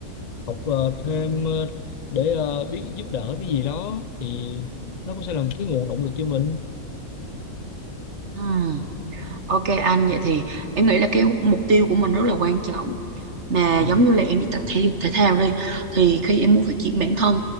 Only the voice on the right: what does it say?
Ừm, ok anh vậy thì em nghĩ là cái mục tiêu của mình rất là quan trọng mà
giống như là em đi tập thể dục thể thao đi thì khi em muốn phát triển bản thân